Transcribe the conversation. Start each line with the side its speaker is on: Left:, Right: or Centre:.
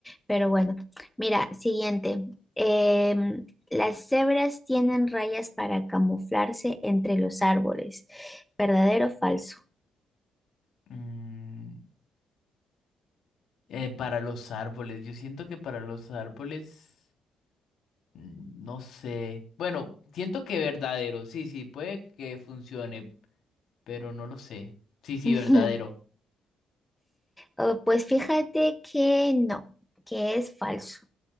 Centre: Pero bueno, mira, siguiente. Em, las cebras tienen rayas para camuflarse entre los árboles. ¿Verdadero o falso?
Left: Mm, eh, para los árboles, yo siento que para los árboles, mm, no sé. Bueno, siento que verdadero, sí, sí, puede que funcione, pero no lo sé. Sí, sí,
Centre: <laughs>
Left: verdadero.
Centre: Oh, Pues fíjate que no, que es falso.